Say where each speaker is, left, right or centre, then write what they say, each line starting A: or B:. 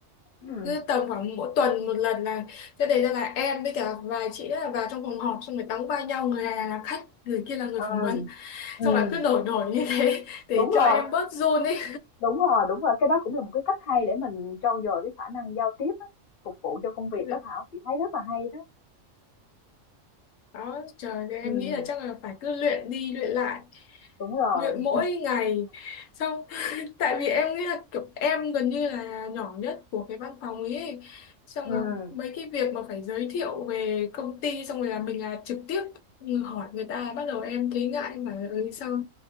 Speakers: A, on the left; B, on the left.
A: Ừ.
B: cứ tầm khoảng mỗi tuần một lần là sẽ đề ra là em với cả vài chị là vào trong phòng họp xong rồi đóng vai nhau người này là khách người kia là người
A: Ừm,
B: phỏng vấn
A: ừm,
B: xong lại cứ đổi đổi như thế <laughs> để
A: đúng
B: cho
A: rồi,
B: em bớt run ấy
A: đúng rồi, đúng rồi, cái đó cũng là một cái cách hay để mình trau dồi cái khả năng giao tiếp á, phục vụ cho công việc
B: Dạ.
A: đó Thảo, chị thấy rất là hay đó.
B: đó trời ơi,
A: Ừm,
B: em nghĩ là chắc là phải cứ luyện đi luyện lại
A: đúng rồi.
B: luyện mỗi ngày xong tại vì em nghĩ là kiểu em gần như là nhỏ nhất của cái văn phòng ấy, ấy. xong
A: Ừm.
B: là mấy cái việc mà phải giới thiệu về công ty xong rồi là mình là trực tiếp hỏi người ta bắt đầu em thấy ngại em bảo là ừ, sao